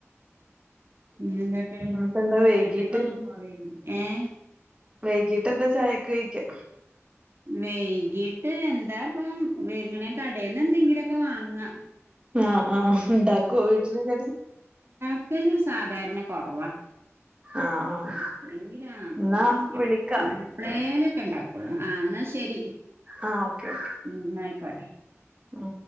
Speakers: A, on the right; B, on the right.
A: പിന്നെ എന്തൊക്കെ
B: ഇന്നിപ്പ എന്താ വൈകീട്ട്
A: വീട്ട്ക്കൊന്നും പോവേല്ലെ ഏഹ്
B: വൈകീട്ട് എന്താ ചായക്ക് കഴിക്കാ
A: വൈകീട്ട് എന്താപ്പം <unintelligible> കടേന്ന് എന്തെങ്കിലും ഒക്കെ വാങ്ങാ
B: ആഹ് ആഹ് ഉണ്ടാക്കോ വീട്ടില് കടി
A: ക്കല് സാധാരണ കൊറവാ
B: ആഹ് ആഹ്
A: എപ്പളെങ്കില് ആ നമ്മള്ങ്ങനെ
B: എന്നാ വിളിക്കാം
A: എപ്പ് ആ എപ്പളേലൊ ക്കെണ്ടാക്കോള്ളു ആ എന്നാ ശരി
B: ആ ഓക്കെ ഓക്കെ
A: ഉം ആയിക്കോട്ടെ
B: ഉം